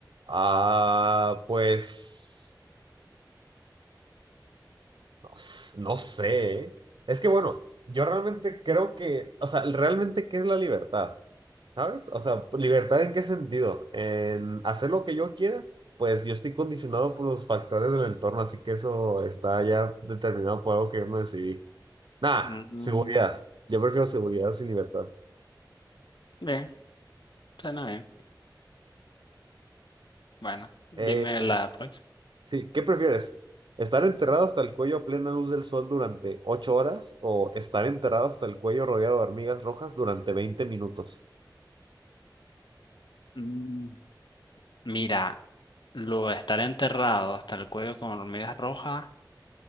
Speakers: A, on the right; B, on the left.
A: Ah, pues no, s- no sé. ¿eh? Es que bueno, yo realmente creo que, o sea, realmente ¿qué es la libertad? ¿Sabes? O sea, pues, libertad en qué sentido? En hacer lo que yo quiera, pues yo estoy condicionado por los factores del entorno, así que eso está ya determinado por algo que yo no decidí. Nada,
B: Mm,
A: seguridad. Yo prefiero seguridad sin libertad.
B: bien, suena bien. Bueno, dime
A: Eh,
B: la próxima.
A: Sí, ¿qué prefieres? ¿Estar enterrado hasta el cuello a plena luz del sol durante 8 horas o estar enterrado hasta el cuello rodeado de hormigas rojas durante 20 minutos?
B: Mm, Mira, lo de estar enterrado hasta el cuello con hormigas rojas